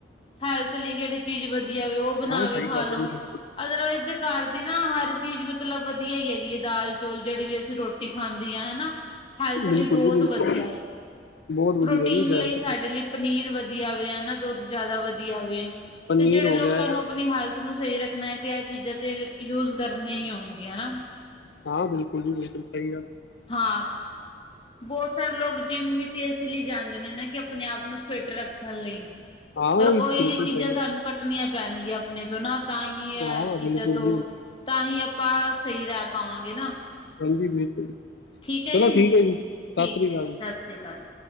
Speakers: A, on the left (about 30°); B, on the left (about 60°).
A: ਹੈਲੱਥ ਲਈ ਕੇੜੀ ਚੀਜ਼ ਵਧੀਆ ਵੇਖ ਓ ਬਣਾ
B: ਹਾਂ ਸਹੀ
A: ਕੇ ਖਾ
B: ਗੱਲ ਹੈ
A: ਲੋ।
B: ਜੀ ਬਿਲਕੁਲ।
A: ਅਦਰਵਾਈਜ਼ ਦੇ ਘਰ ਦੀ ਨਾ ਹਰ ਚੀਜ਼ ਮਤਲਬ ਵਧੀਆ ਹੈ ਹੈਗੀ ਏ ਦਾਲ ਚੌਲ ਜੇੜੀ ਵੀ ਅ ਰੋਟੀ ਖਾਂਦੀ ਆ ਹੈਨਾ ਹੈਲਥ ਲਈ
B: ਬਿਲਕੁਲ
A: ਬੋਤ
B: ਜੀ ਬਿਲਕੁਲ
A: ਵਧੀਆ ਏ
B: ਬਹੁਤ ਵਧੀਆ
A: ਪ੍ਰੋਟੀਨ
B: ਜੀ ਵੈਰੀ
A: ਲਈ
B: ਗੁੱਡ।
A: ਸਾਡੇ ਲਈ ਪਨੀਰ ਵਧੀਆ ਵੇ ਹੈਨਾ ਦੁੱਧ ਜ਼ਿਆਦਾ ਵਧੀਆ ਵੇ
B: ਪਨੀਰ
A: ਤੇ ਜੇੜੇ
B: ਹੋ
A: ਲੋਕਾਂ
B: ਗਿਆ
A: ਨੂੰ ਆਪਣੀ ਹੈਲੱਥ ਨੂੰ ਸਹੀ ਰੱਖਣਾ ਐ ਤੇ ਇਹ ਚੀਜ਼ਾਂ ਤੇ ਯੂਜ ਕਰਨੀਆਂ ਹੋਣਗੀਆਂ ਨਾ-
B: ਹਾਂ ਬਿਲਕੁੱਲ ਜੀ ਬਿਲਕੁੱਲ ਸਹੀ ਗੱਲ
A: ਹਾਂ ਬੋਤ ਸਾਰੇ ਲੋਕ ਜਿਮ ਵੀ ਇਸ ਲਈ ਜਾਂਦੇ ਨੇ ਨਾ ਕਿ ਆਪਣੇ ਆਪ ਨੂੰ ਫਿੱਟ ਰੱਖਣ ਲਈ।
B: ਹਾਂ ਉਹ
A: ਔਰ ਓਇਲੀ
B: ਬਿਲਕੁਲ
A: ਚੀਜ਼ਾਂ
B: ਸਹੀ
A: ਸਾਨੂੰ
B: ਗੱਲ
A: ਕੱਟਣੀਆਂ ਪੈਣਗੀਆਂ ਅਪਣੇ ਤੋਂ ਨਾ ਤਾਂ ਹੀ ਇਹ
B: ਹਾਂ
A: ਚੀਜ਼ਾਂ
B: ਬਿਲਕੁਲ
A: ਤੋਂ
B: ਜੀ ਬਿਲਕੁਲ
A: ਤਾਂ ਹੀ ਆਪਾਂ ਸਹੀ ਰਹਿ ਪਾਵਾਂਗੇ ਨਾ
B: ਹਾਂਜੀ ਬਿਲਕੁੱਲ
A: ਠੀਕ ਹੈ
B: ਚਲੋ ਠੀਕ ਏ ਜੀ ਸਤਿ
A: ਠੀਕ
B: ਸ੍ਰੀ
A: ਹੈ
B: ਅਕਾਲ।
A: ਜੀ ਗੱਲ